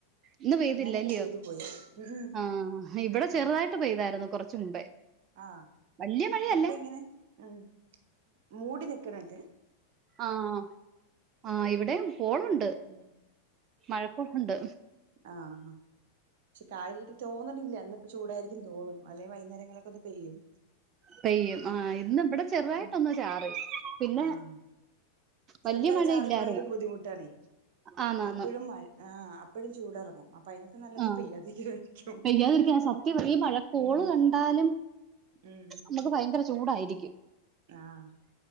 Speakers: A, on the right; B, on the right.
A: ഇന്ന് പെയ്തില്ല
B: ഇന്നലെയൊക്കെ
A: അല്ല്യയോ?
B: പെയ്തു പോയി ഉം ഉം
A: ആ ഇവിടെ ചെറുതായിട്ട്
B: ഉം
A: പെയ്തായിരുന്നു കൊറച്ച് മുമ്പേ
B: ആഹ്
A: വല്യ മഴയല്ല
B: ഇവിടെങ്ങനെ ഉം മൂടി നിക്ക്ണ് ണ്ട്
A: ആഹ് ആ ഇവിടെയും കോളുണ്ട്
B: ഉം
A: മഴ കോളുണ്ട്
B: ആഹാ പക്ഷെ കാര്യായിട്ട് തോന്നണില്ല ഇന്ന്പ്പം ചൂടായിരിക്കും തോന്നണു അല്ലെ വൈന്നേര എപ്പഴേങ്കിലൊക്കൊന്ന് പെയ്യും
A: പെയ്യും ആ ഇന്ന് ഇവിടെ ചെറുതായിട്ടൊന്ന്
B: ഉം
A: ചാറി പിന്നെ
B: ആഹ് ചെറുതായി
A: വല്യ മഴയില്ലായിരുന്നു
B: ചാറിപ്പോയാലും ബുദ്ധിമുട്ടാണേ
A: ആന്നാന്ന്
B: അപ്പഴും മഴ ആഹ് അപ്പഴും ചൂടെറങ്ങും അപ്പയിനെക്കാ നല്ലത്
A: ആ
B: പെയ്യാതിരിക്കാ വിയാരിക്കും
A: പെയ്യാതിരിക്കാൻ സത്യം ഈ മഴക്കോള്
B: ഉം
A: കണ്ടാലും
B: ഉം ഉം
A: നമുക്ക് ഭയങ്കര ചൂടായിരിക്കും
B: ആഹ്